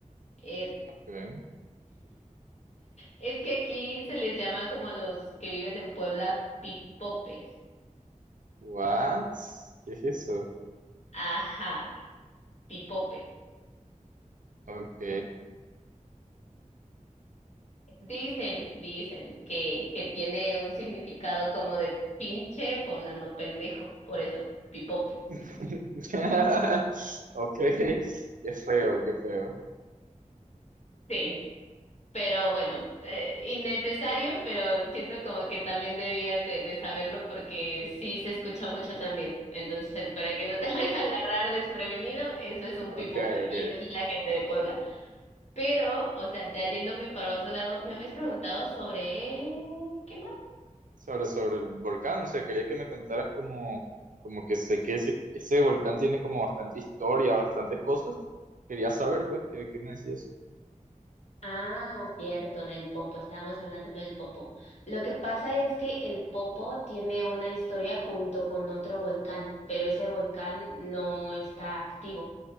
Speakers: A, on the left; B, on the right.
A: Eh,
B: Ok.
A: Es que aquí se les llama como a los que viven en Puebla pipopes.
B: What? ¿Qué es eso?
A: Ajá, pipope.
B: Ok.
A: Dicen, dicen que, que tiene un significado como de pinche poblano pendejo, por eso, pipope.
B: <laughs> Ok, qué feo, qué feo.
A: Sí, pero bueno, eh, innecesario, pero siento como que también debías de, de saberlo porque sí se escucha mucho también. Entonces, para que no te <laughs> vaya a agarrar desprevenido, eso es un
B: Ok,
A: pipope y
B: ok.
A: es la gente de Puebla. Pero, o sea, ya yéndome para otro lado, me habías preguntado sobre... ¿Qué más?
B: Sobre, sobre el volcán, o sea, quería que me contaras como, como que sé que ese, ese volcán tiene como bastante historia, bastantes cosas. Quería saber, pues, qué, qué me decías.
A: Ah, cierto, del popo. Estábamos hablando del popo. Lo que pasa es que el popo tiene una historia junto con otro volcán, pero ese volcán no está activo.